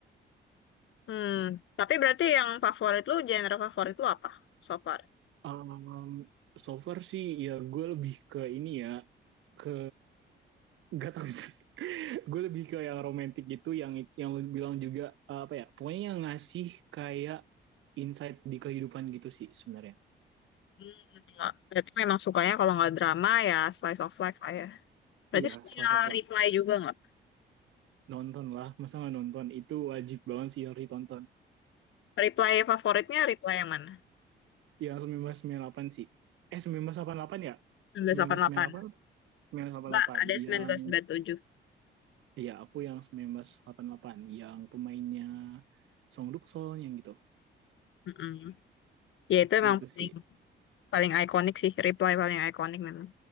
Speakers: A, on the left (about 75°); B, on the right (about 80°).
A: Hmm. Tapi berarti yang favorit lu, genre favorit lu apa so far?
B: Um, so far sih ya gue lebih ke ini ya ke gak tau sih. <laughs> gue lebih ke yang romantis gitu yang yang lu bilang juga apa ya pokoknya yang ngasih kayak insight di kehidupan gitu sih sebenarnya
A: Hmm. Berarti memang sukanya kalau nggak drama ya slice of life lah ya. Berarti
B: Iya,
A: suka
B: slice of life.
A: reply juga nggak?
B: Nonton lah, masa nggak nonton? Itu wajib banget sih harus ditonton.
A: Reply favoritnya reply yang mana?
B: Yang delapan sih. Eh, seribu sembilan ratus delapan puluh delapan ya?
A: seribu sembilan
B: Sembilan
A: ratus delapan puluh delapan
B: sembilan ratus sembilan puluh delapan, seribu sembilan ratus delapan puluh
A: Nggak,
B: delapan.
A: ada 1997.
B: Yang, iya aku yang seribu sembilan ratus delapan puluh delapan. Yang pemainnya Song Duk Dukson, yang gitu.
A: Mm-mm. Ya itu emang
B: Itu
A: paling
B: sih.
A: Paling ikonik sih, Reply paling ikonik memang.